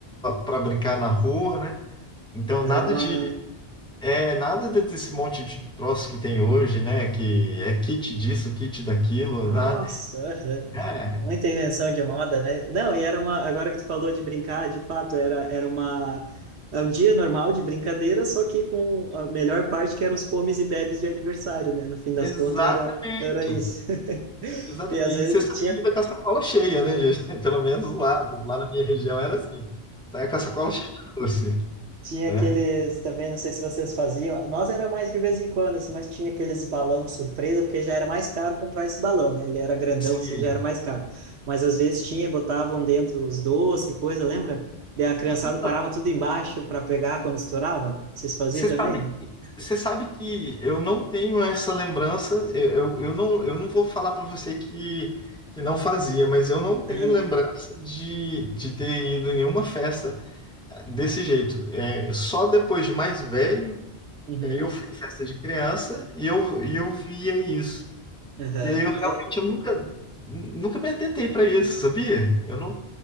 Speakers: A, in the centre; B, on the right.
A: para brincar na rua, né? Então, nada
B: Era uma
A: de é, nada de- desse monte de troço que tem hoje, né? Que é kit disso, kit daquilo,
B: Nossa,
A: nada.
B: aham.
A: É,
B: Muita invenção de moda, né? Não, e era uma. Agora que tu falou de brincar, de fato, era, era uma. é Um dia normal de brincadeira, só que com a melhor parte que eram os comes e bebes de aniversário, né? No fim das
A: exatamente.
B: contas, era, era isso. <laughs>
A: Exatamente.
B: E às vezes
A: E você sai
B: tinha.
A: ainda com a sacola cheia, né? de- <laughs> Pelo menos lá, lá na minha região era assim. Sai com a sacola cheia de doce,
B: Tinha
A: né?
B: aqueles também, não sei se vocês faziam. Nós era mais de vez em quando, assim, mas tinha aqueles balão surpresa, porque já era mais caro comprar esse balão, né? Ele era grandão,
A: Sim.
B: assim, já era mais caro. Mas às vezes tinha, botavam dentro os doces, coisa, lembra? Daí a criançada
A: Então,
B: parava tudo embaixo para pegar quando estourava. Vocês faziam
A: você
B: também?
A: sabe, você sabe que eu não tenho essa lembrança. Eu, eu, eu não, eu não vou falar para você que, que não fazia, mas eu não tenho
B: Aham.
A: lembrança de, de ter ido em nenhuma festa Desse jeito, é, só depois de mais velho,
B: Uhum.
A: que aí eu fui em festa de criança e eu, e eu via isso.
B: Aham.
A: E aí eu realmente
B: É,
A: eu nunca, nunca me atentei para isso, sabia? Eu não